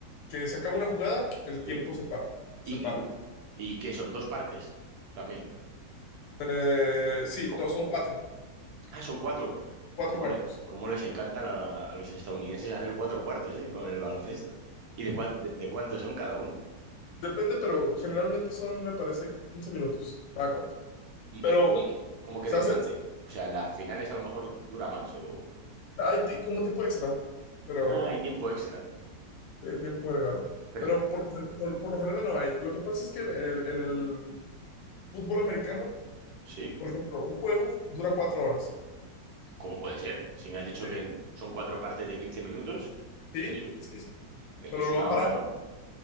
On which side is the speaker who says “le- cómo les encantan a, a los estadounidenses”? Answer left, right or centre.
Right